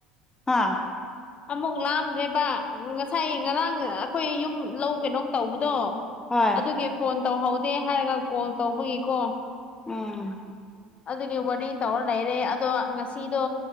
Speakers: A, on the left; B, on the left.
A: ꯍꯥꯥ
B: ꯑꯃꯨꯛ ꯂꯥꯑꯝꯗ꯭ꯔꯦꯕ ꯉꯁꯥꯏ ꯉꯔꯥꯡ ꯑꯩꯈꯣꯏ ꯌꯨꯝ ꯂꯧ ꯀꯩꯅꯣꯝ ꯇꯧꯕꯗꯣ
A: ꯍꯣꯏ
B: ꯑꯗꯨꯒꯤ ꯐꯣꯟ ꯇꯧꯍꯧꯗꯦ ꯍꯥꯏꯔꯒ ꯀꯣꯜ ꯇꯧꯕꯒꯤꯀꯣ
A: ꯎꯝ
B: ꯑꯗꯨꯒꯤ ꯋꯥꯔꯤ ꯇꯧꯔ ꯂꯩꯔꯦ ꯑꯗꯣ ꯉꯁꯤꯗꯣ